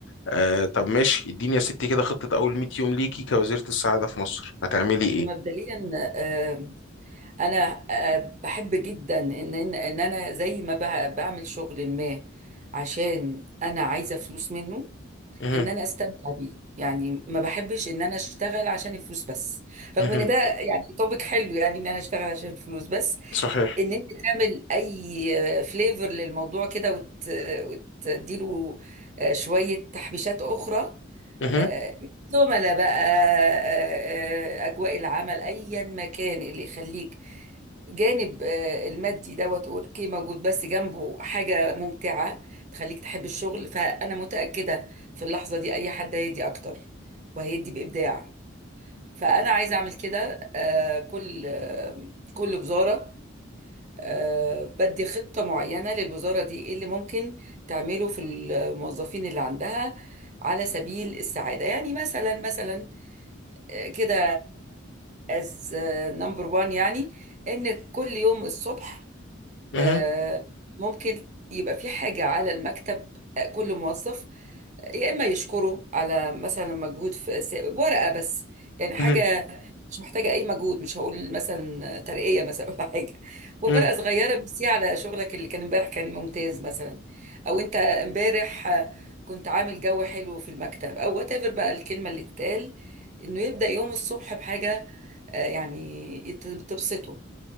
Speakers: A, on the left (about 70°); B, on the right (about 35°).
A: آه طب ماشي اديني يا ستي كده خطة أول 100 يوم ليكي كوزيرة السعادة في مصر هتعملي
B: مبدئيا
A: إيه؟
B: آه، انا آه، بحب جدا ان ان إن انا زي ما بع- بعمل شغل ما عشان انا عايزه فلوس منه
A: مهم.
B: ان انا استمتع بيه يعني ما بحبش ان انا اشتغل عشان الفلوس بس
A: مهم.
B: رغم ان ده يعني توبيك حلو يعني ان انا اشتغل عشان الفلوس بس
A: صحيح
B: ان انت تعمل اي فليفر للموضوع كده وت... وتديله آه، شويه تحبيشات اخرى
A: مهم.
B: آه، زملاء بقى آه، آه، أجواء العمل أيا مكان اللي يخليك جانب آه، المادي دوت اوكي موجود بس جنبه حاجة ممتعة تخليك تحب الشغل فأنا متأكدة في اللحظة دي أي حد هيدي أكتر وهيدي بإبداع فأنا عايزة أعمل كده آه، كل آه، كل وزارة آه، بدي خطة معينة للوزارة دي ايه اللي ممكن تعمله في الموظفين اللي عندها على سبيل السعادة يعني مثلا مثلا آه، كده از نمبر وان يعني ان كل يوم الصبح
A: مهم.
B: آه، ممكن يبقى في حاجة على المكتب آه، كل موظف آه، يا إما يشكره على مثلا مجهود في س- ورقة بس يعني حاجة
A: مهم.
B: مش محتاجة أي مجهود مش هقول مثلا ترقية مثلا <laughs> ولا حاجة ورقة
A: مهم.
B: صغيرة بس على شغلك اللي كان امبارح كان ممتاز مثلا أو أنت امبارح آه، كنت عامل جو حلو في المكتب أو وات ايفر بقى الكلمة اللي تتقال إنه يبدأ يوم الصبح بحاجة آه، يعني يت- تبسطه